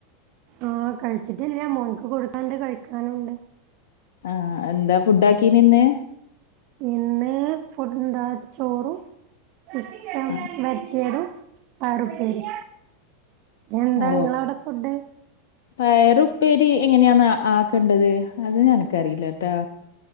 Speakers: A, on the right; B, on the left.
A: ആഹ് കഴിച്ചിട്ടില്ല മോനക്ക് കൊടുക്കാനുണ്ട് കഴിക്കാനുംണ്ട്
B: ആഹ് എന്താ ഫുഡ ആക്കീനിന്ന്
A: ഇന്ന് ഫുഡ് എന്താ ചോറും ചിക്കൻ
B: ആ
A: വരട്ടിയതും പാറും ശരി എന്താ
B: ഓ
A: നിങ്ങളവിടെ ഫുഡ്
B: പയറുപ്പേരി എങ്ങനെയാണ് ആക്കേണ്ടത് അത് എനക്ക്റിയില്ല ട്ടാ